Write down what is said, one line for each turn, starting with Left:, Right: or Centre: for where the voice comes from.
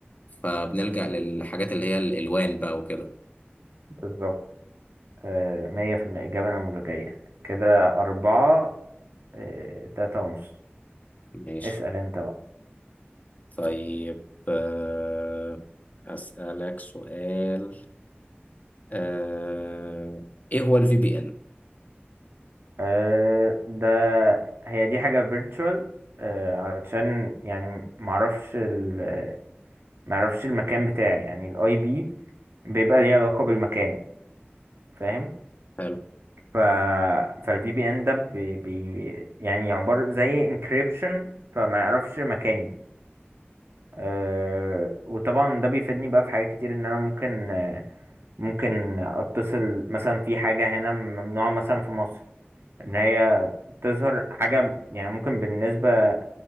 Left: فبنلجأ للحاجات اللي هي الالوان بقى وكده
Right: بالظبط آه، مية في المية إجابة نموذجية كده أربعة آه، تلاتة ونص
Left: ماشي
Right: اسأل انت بقى
Left: طيب آه، أسألك سؤال آه، ايه هو الفي بي ان
Right: أه ده هي دي حاجة virtual أه علشان يعني معرفش ال معرفش المكان بتاعي يعني الاي بي بيبقى ليه علاقة بالمكان فاهم
Left: حلو
Right: ف فالفي بي ان ده بي... بي يعني عبارة زي encryption فما يعرفش مكاني أه وطبعا ده بيفيدني بقى في حاجات كتير ان انا ممكن آه، ممكن اتصل مثلا في حاجة هنا ممنوعة مثلا في مصر ان هي تظهر حاجة يعني ممكن بالنسبة